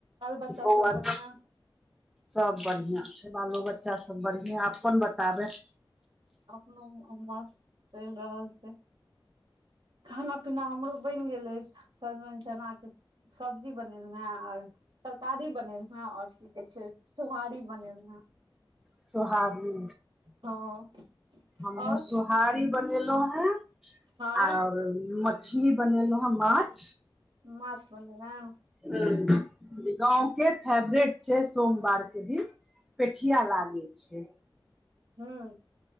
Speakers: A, on the right (about 70°); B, in the centre.
A: बच्चा
B: बौआ
A: बढ़िआं
B: सब? सब बढ़ियाँ छै, बालो बच्चा सब बढ़ियाँ, अपन बताबै?
A: अपनो मस्त चैल रहल छै। खाना-पीना हमरो बनि गेल अछि। सजमैन चना के सब्जी बनेलू हें आर तरकारी बनेलू हें आओर की कहै छै सोहारी बनेलौं हें।
B: सोहारी।
A: हँ।
B: हमहुँ
A: और
B: सोहारी बनेलो हें
A: हँ
B: आओर मछ छली बनेलौं हें, माछ।
A: माछ बनलै ये।
B: हुँ जे गाँव के फेवरेट छै सोमवार के दिन। पेठिया लागे छै।
A: हूं।